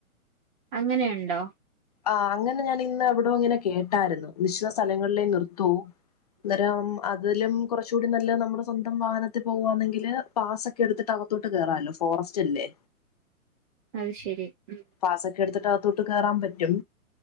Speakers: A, on the right; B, on the left.
A: അങ്ങനെയുണ്ടോ
B: ആ അങ്ങനെ ഞാനിന്ന് എവിടോ ഇങ്ങനെ കേട്ടായിരുന്നു നിശ്ചിത സ്ഥലങ്ങളിലേ നിർത്തൂ അന്നേരം അതിലും കുറച്ചൂടി നല്ല നമ്മുടെ സ്വന്തം വാഹനത്തിൽ പോകുവാന്നെങ്കില് പാസ്സ ഒക്കെ എടുത്തിട്ട് അകത്തോട്ട് കേറാല്ലോ ഫോറസ്റ്റ് അല്ലേ
A: അ ശരി ഉം.
B: പാസൊക്കെ എടുത്തിട്ട് അ കേറാൻ പറ്റും